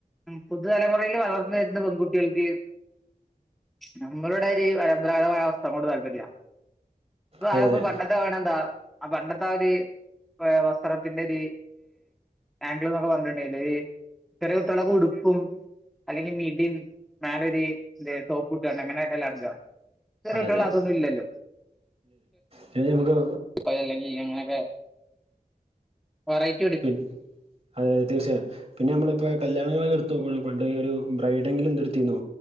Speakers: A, in the centre; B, on the right.
A: ഉ പുതുതലമുറയില് വളർന്നു വരുന്ന പെൺകുട്ടികൾക്ക് നമ്മളട ഒരു പരമ്പരാഗതമായ വസ്ത്രങ്ങളോട് താല്പര്യ പ്പോൊ
B: അതെ അതെ അതെ
A: പണ്ടത്തെ വേണന്താ ആ പണ്ടത്തെ ആ ഒരി സ്ഥലത്തിന്റെ ഒരു ആംഗിൾ എന്നൊക്കെ പറഞ്ഞിട്ടുണ്ടെില് ചെറിയ കുട്ടികളൊക്കെഉടുപ്പും അല്ലെങ്കിൽ മിഡി മേലെ ഒരു ഡോപ്പു അങ്ങനെ ഒക്കെല്ലെ നടക്ക ഇന്നത്തെ കുട്ടികൾഅതൊന്നും
B: അതെ
A: ഇല്ലല്ലോ
B: ചേച്ചി നമുക്ക്
A: അതെലങ്കിൽ അങ്ങനെ ഒക്കെ
B: പിന്ന അതെ തീർച്ചയായും പിന്നെ നമ്മളിപ്പോൊ കല്യാണങ്ങളൊക്കെ എടുത്ത് നോക്ക പണ്ട് ഒരു ബ്രൈഡെങ്കിലും എന്ത എടുത്തിന്നോ